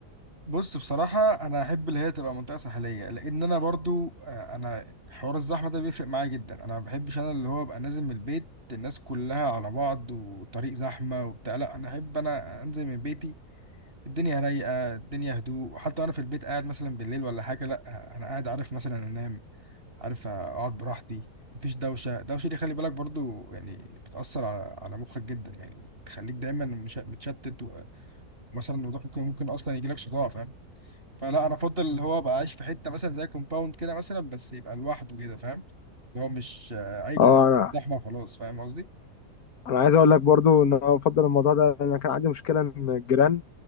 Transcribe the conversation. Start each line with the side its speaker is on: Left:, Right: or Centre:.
Right: بص بصراحه انا احب اللي هي تبقى منطقه ساحليه لان انا برضو آه، انا حوار الزحمه ده بيفرق معايا جدا انا ما بحبش انا اللي هو ابقى نازل من البيت الناس كلها على بعض والطريق زحمه وبتاع لا انا احب انا انزل من بيتي الدنيا رايقه الدنيا هدوء حتى انا في البيت قاعد مثلا بالليل ولا حاجه لا انا قاعد عارف مثلا انام عارف اقعد براحتي مفيش دوشه الدوشه دي خلي بالك برضو يعني بتاثر على على مخك جدا يعني بتخليك دايما مش- متشتت و- ومثلا وضوح ممكن ممكن اصلا يجي لك صداع فاهم فلا انا افضل اللي هو ابقى عايش في حته مثلا زي كومباوند كده مثلا بس يبقى لوحده كده فاهم اللي هو مش آه، اي كومباوند
Left: اه انا
Right: زحمه خلاص فاهم قصدي
Left: انا عايز اقول لك برضو ان انا بفضل الموضوع ده انا كان عندي مشكلة ان الجيران